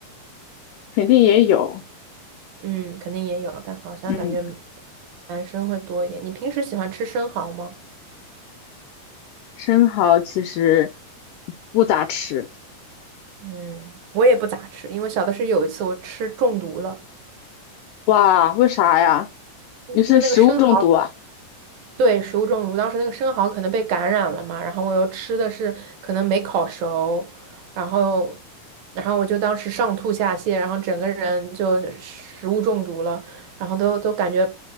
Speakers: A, on the left; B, on the right.
A: 肯定也有。
B: 嗯，肯定也有，但好像感觉
A: 嗯，
B: 男生会多一点。你平时喜欢吃生蚝吗？
A: 生蚝其实不咋吃，
B: 嗯，我也不咋吃，因为小的是有一次我吃中毒了，
A: 哇，为啥呀？
B: 因为那个生蚝，
A: 你是食物中毒啊？
B: 对，食物中毒，当时那个生蚝可能被感染了嘛，然后我又吃的是可能没烤熟，然后，然后我就当时上吐下泻，然后整个人就食物中毒了，然后都都感觉